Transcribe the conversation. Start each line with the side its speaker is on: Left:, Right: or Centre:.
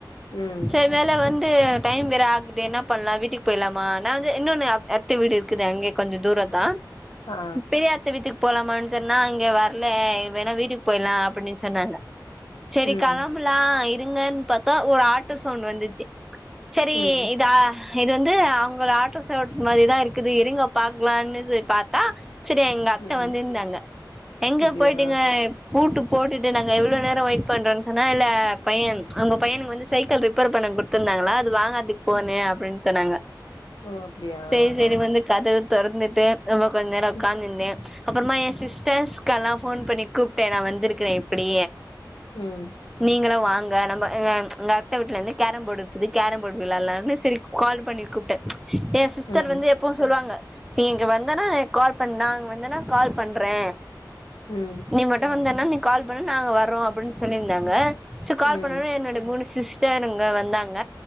Left: ம்
Centre: சரி மேல வந்து டைம் வேற ஆகுது என்ன பண்லா வீட்டுக்கு பொய்ர்லாமா நா வந்து இன்னொன்னு அ அத் த வீடு இருக்குது அங்கயே கொஞ்சோ தூரோந்தா
Left: ஆ
Centre: பெரிய அத்த வீட்டுக்கு போலாமான் சொன்னா அங்க வரல வேணா வீட்டுக்கு போய்ரலா அப்படின் சொன்னாங்க சரி
Left: ம்
Centre: கெளம்பலா இருங்கன் பாத்தா ஒரு ஆட்டோ சவுண்ட் வந்துச்சி சரி
Left: ம்
Centre: இதா இது வந்து அவங்கள ஆட்டோ சவுண்ட் மாரிதா இருக்குது இருங்க பாக்லானு சொய் பாத்தா சரி எங்க அத்த
Left: ம்
Centre: வந்துர்ந்தாங்க எங்க
Left: அப்டியா
Centre: போயிட்டீங்க பூட்டு போட்டுட்டு நாங்க இவ்ளோ நேரோ வெய்ட் பண்றன் சொன்னா இல்ல பையன் அவங்க பையனுக்கு வந்து சைக்கிள் ரிப்பேர் பண்ணக் குடுத்துருந்தாங்களா அது வாங்கற்துக் போனே அப்டின் சொன்னாங்க
Left: ஓ அப்டியா
Centre: செரி செரி
Left: ஆ
Centre: வந்து கதவு தொறந்துட்டு அப்லோ கொஞ்ச நேரோ ஒக்காந்துருந்து
Left: ம்
Centre: அப்பறமா ஏ சிஸ்டர்ஸ்க்கெல்லா போன் பண்ணி கூப்டே நா வந்துருக்குறே இப்பிடி
Left: ம்
Centre: நீங்களு வாங்க நம்ம அ எங்க அத்த வீட்ல வந்து கேரம்போர்ட் இருக்குது கேரம்போர்டு விளாட்லானு செரி கால் பண்ணி கூப்டே ஏ சிஸ்டர்
Left: ம்
Centre: வந்து எப்பவு சொல்வாங்க நீ இங்க வந்தனா எனக் கால் பண் நா அங்க வந்தனா கால் பண்றே
Left: ம்
Centre: நீ மட்டு வந்தேனா நீ கால் பண்ணு நாங்க வர்றோ அப்புட்னு சொல்லிருந்தாங்க சோ கால்
Left: ம்
Centre: பண்ணொடனே என்னோட மூணு சிஸ் டருங்க வந்தாங்க